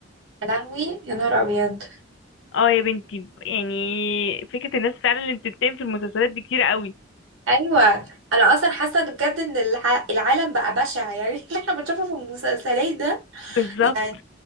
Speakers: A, on the right; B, on the left.
A: يا لهوي يا نهار ابيض
B: اه يا بنتي يعني فكرة الناس فعلا اللي بتنتقم في المسلسلات دي كتير قوي
A: ايوه انا اصلا حاسه إن بجد ان الع... العالم بقى بشع يعني <laughs> اللي احنا بنشوفه في المسلسلات ده
B: بالظبط
A: يعني